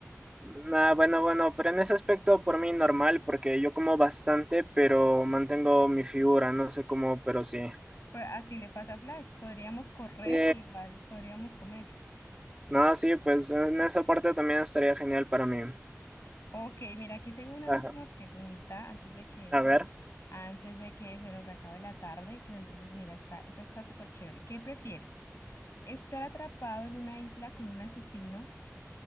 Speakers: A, on the right; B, on the left.
A: Nah, bueno, bueno, pero en ese aspecto por mí normal, porque yo como bastante, pero mantengo mi figura, no sé cómo, pero sí.
B: Pues así le pasa a Flash, podríamos correr
A: Sí,
B: y igual podríamos comer.
A: no, sí, pues en esa parte también estaría genial para mí.
B: Ok, mira, aquí tengo una
A: Ajá.
B: última pregunta antes de que
A: A ver.
B: antes de que se nos acabe la tarde, pero entonces mira, está, esta está súper chévere. ¿Qué prefieres? ¿Estar atrapado en una isla con un asesino